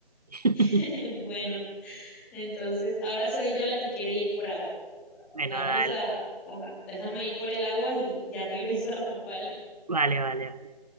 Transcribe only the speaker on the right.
<laughs>
Bueno,
dale,
vale, vale, vale.